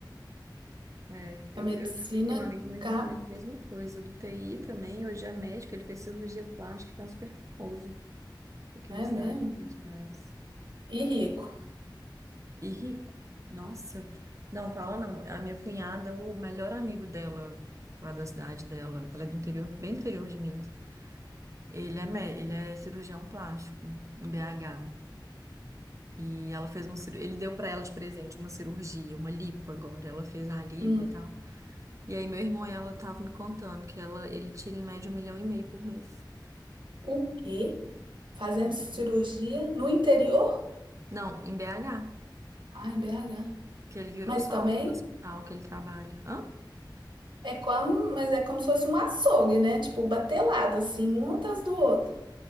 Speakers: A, on the right; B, on the right.
A: é. Eu,
B: A medicina
A: eu também tenho um amigo meu irmão
B: cap,
A: também foi a mesma coisa, do TI também, hoje é médico, ele fez cirurgia plástica e tá super famoso aqui
B: é
A: na cidade
B: mesmo?
A: dos meus pais.
B: E rico.
A: E rico. Nossa, não fala não. A minha cunhada, o melhor amigo dela, lá da cidade dela, ela é do interior, bem interior de Minas. Ele é, mé- ele é cirurgião plástico em BH. E ela fez uma cirurgia, ele deu pra ela de presente uma cirurgia, uma lipo agora, ela fez a lipo
B: Hum,
A: e tal. E aí meu irmão, ela tava me contando que ela, ele tira em média um milhão e meio por mês.
B: o quê? Fazendo
A: Um milhão.
B: cirurgia no interior?
A: Não, em BH,
B: Ai, BH.
A: que ele virou
B: Mas
A: sócio
B: também
A: do hospital que ele trabalha. Hã?
B: é como, mas é como se fosse um açougue, né? Tipo, batelada, assim, um atrás do outro.